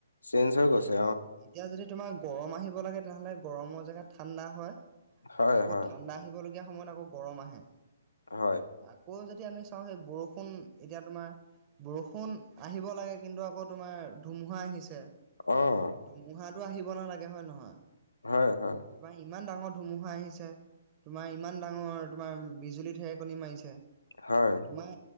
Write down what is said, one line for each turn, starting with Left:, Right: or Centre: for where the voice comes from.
Left: চেঞ্জ হৈ গৈছে
Right: অ এতিয়া যদি তোমাৰ গৰম আহিব লাগে তেনেহ'লে গৰমৰ জেগাত ঠাণ্ডা হয়
Left: হয়,
Right: আকৌ
Left: হয়,
Right: ঠাণ্ডা আহিব লগীয়া সময়ত আকৌ গৰম আহে
Left: হয়
Right: আকৌ যদি আমি চাওঁ সেই বৰষুণ এতিয়া তোমাৰ বৰষুণ আহিব লাগে কিন্তু আকৌ তোমাৰ ধুমুহা আহিছে
Left: অ',
Right: ধুমুহাটো আহিব নালাগে হয় নহয়
Left: হয় হয়
Right: এইবাৰ ইমান ডাঙৰ ধুমুহা আহিছে তোমাৰ ইমান ডাঙৰ তোমাৰ বিজুলী ঢেৰেকণী মাৰিছে
Left: হয়,
Right: তোমাৰ